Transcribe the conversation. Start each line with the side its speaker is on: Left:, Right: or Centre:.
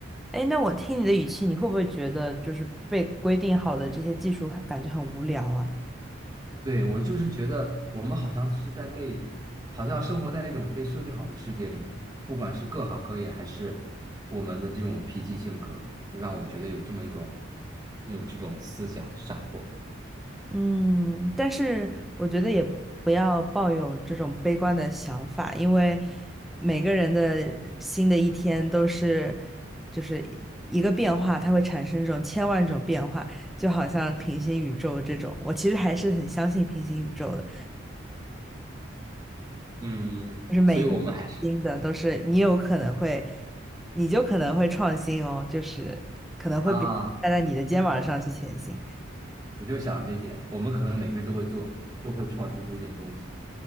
Centre: 哎，那我听你的语气，你会不会觉得就是被规定好的这些技术感觉很无聊啊？
Right: 对，我就是觉得我们好像是在被，好像生活在一种被设计好的世界里面，不管是各行各业，还是我们的这种脾气性格，就让我觉得有这么一种，有这种思想闪过。
Centre: 嗯，但是我觉得也不要抱有这种悲观的想法，因为每个人的新的一天都是就是一个变化，它会产生这种千万种变化，就好像平行宇宙这种，我其实还是很相信平行宇宙的。
Right: 嗯，
Centre: 就是每一天都是新的，
Right: 所以我们还是
Centre: 都是你有可能会，你就可能会创新哦，就是可能会别人站在你的肩膀上去前行。
Right: 啊，我就想这一点，我们可能每个人都会做，都会创新出一点东西，